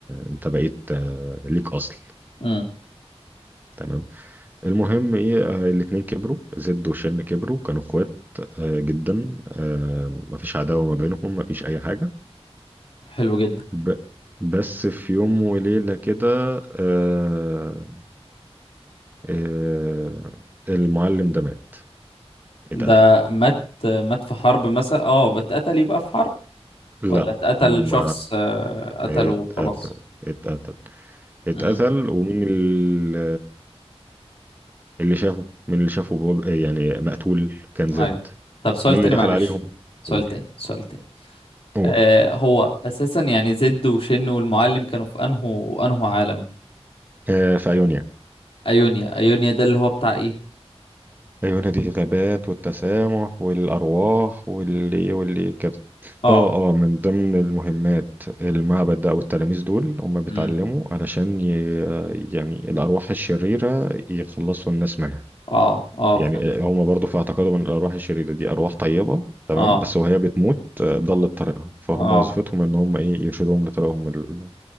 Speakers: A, on the right; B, on the left.
A: انت بقيت آه، ليك اصل
B: امم
A: تمام المهم ايه آه، الاتنين كبروا زد وشن كبروا كانوا اخوات آه، جدا آه، مفيش عداوة ما بينهم مفيش اي حاجة
B: حلو جدا
A: ب... بس في يوم وليلة كده آه، آه، المعلم ده مات اتقتل
B: ده مات مات في حرب مثلا اه بتقتل يبقى في حرب
A: لا
B: ولا اتقتل
A: هم
B: شخص آه، قتله
A: اتقتل
B: وخلاص
A: اتقتل اتقتل
B: مم.
A: ومين ال- اللي شافه مين اللي شافه بوب- يعني مقتول كان زد
B: ايوه طب سؤال
A: مين
B: تاني
A: اللي دخل
B: معلش
A: عليهم
B: سؤال
A: قول
B: تاني سؤال تاني
A: قول
B: آه هو اساسا يعني زد وشن والمعلم كانوا في انهو انهو عالم
A: آه، في أيونيا
B: ايونيا ايونيا ده اللي هو بتاع ايه
A: عيونها دي الغابات والتسامح والأرواح واللي إيه واللي إيه كده
B: اه
A: اه اه من ضمن المهمات المعبد ده أو التلاميذ دول هم بيتعلموا
B: امم
A: علشان ي... يعني الأرواح الشريرة يخلصوا الناس منها
B: اه اه
A: يعني
B: فهمت
A: هم برضو في اعتقادهم ان الأرواح الشريرة دي أرواح طيبة تمام
B: اه
A: بس وهي بتموت آه، ضلت طريقها فهم
B: اه
A: وظيفتهم ان هم ايه يرشدوهم لطريقهم ال...